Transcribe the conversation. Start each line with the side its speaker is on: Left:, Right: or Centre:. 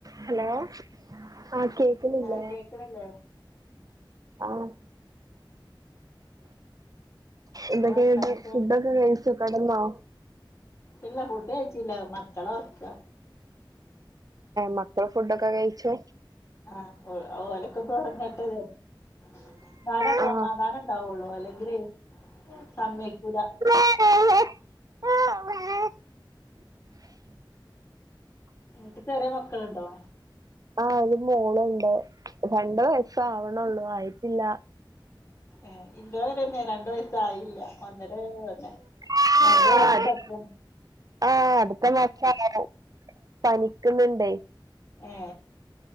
Right: hello ആഹ് കേക്കണില്ലേ
Left: ആ കേക്കണില്ലേ
Right: ആഹ്
Left: എന്താ
Right: എതൊക്കെ
Left: വർത്താനൊക്കെ
Right: ഇണ്ട് ഫുഡൊക്കെ കഴിച്ചു കടന്നോ
Left: ഇല്ല ഫുഡ് കഴിച്ചില്ല മക്കളോറക്ക
Right: മക്കൾ ഫുഡൊക്കെ കഴിച്ചോ
Left: ആഹ് ഓലക്കൊന്ന് ഉറങ്ങട്ടെ ജാര്ച് ന്നാല
Right: ആ
Left: സമാധാനം ഇണ്ടാവൊള്ളൂ അല്ലെങ്കിലേ സമ്മയിക്കൂല
Right: <unintelligible>
Left: ഇങ്ങക്ക് ചെറിയ മക്കളുണ്ടോ
Right: ആഹ് ഒരു മോളുണ്ട് രണ്ട് വയസ് ആവണൊള്ളു ആയിട്ടില്ല
Left: ഏ എന്റേപോലെ തന്നെ രണ്ടു വയസ്സായില്ല ഒന്നര തന്നെ
Right: ആ
Left: രണ്ട് വയസ്സ
Right: അട്
Left: സപ്പ...
Right: ആ അടുത്ത മാസക്കാരം പനിക്കുന്നുണ്ടേ
Left: ഏ